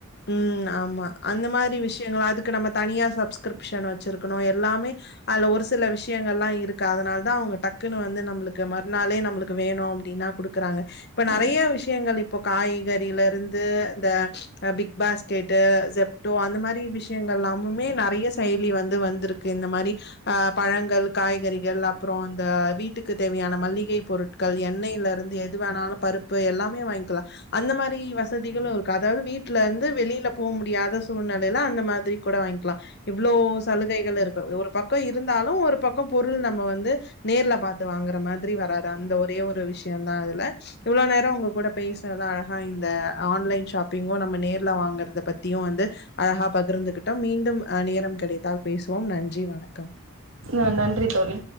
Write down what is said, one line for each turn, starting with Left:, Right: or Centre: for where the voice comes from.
Left: ம். ஆமா அந்த மாரி விஷயங்கள அதுக்கு நம்ம தனியா சப்ஸ்கிரிப்ஷன் வச்சிருக்கணும் எல்லாமே அதுல ஒரு சில விஷயங்கல்லா இருக்கு க்குஅதனால தான் அவங்க டக் க்குன்னு வந்து நம்மளுக்கு மறுநாளே நம்மளுக்கு வேணும் அப்டினா குடுக்குறாங்க இப்ப நிறைய
Right: ம்
Left: விஷயங்கள் இப் இப்போ காய்கறில இருந்து அந்த <unintelligible> பாஸ்கெட்டு ஜப்டோ அந்த மாரி விஷயங்கள் எல்லாமுமே நிறைய செயலி வந்து வந்திருக்கு இந்த மாரி ஆ பழங்கள் காய்கறி அப்புறம் இந்த வீட்டுக்கு தேவையான மளிகை பொருட்கள் எண்ணெய்ல இருந்து எது வேணாலும் பருப்பு எல்லாமே வாங்கிக்கலாம் அந்த மாரி வசதிகள் ஒரு அதாவது வீட் ல இருந்து வெளில போக முடியாத சூழ்நிலையில அந்த மாதிரி கூட வாங்கிலா இவ்ளோ சலுகைகள் இருக்கு ஒரு பக்கோ இருந்தாலு ஒரு பக்கோ பொரு பொருள் நம்ம வந்து நேர்ல பாத்து வாங்கற மாதிரி வராது அந்த ஒரே ஒரு விஷயோ தா அதுல இவ்ளோ நேரோ உங்க கூட பேசுறத அழகா இந்த ஆன்லைன் ஷாப்பிங்கு நம்ம நேர்ல வாங்குறத பத்தியு வந்து அழகா பகிர்ந்துகிட்டோம் மீண்டும் அ நேரம் கிடைத்தால் பேசுவோம் நன்றி வணக்கம்
Right: அ நன்றி தோழி